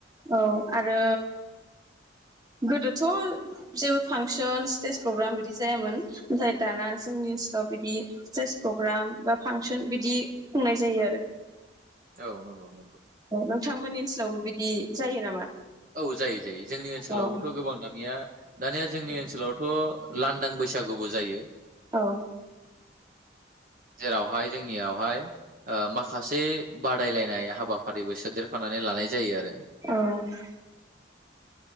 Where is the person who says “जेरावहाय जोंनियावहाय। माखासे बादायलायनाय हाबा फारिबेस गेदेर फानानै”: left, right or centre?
Right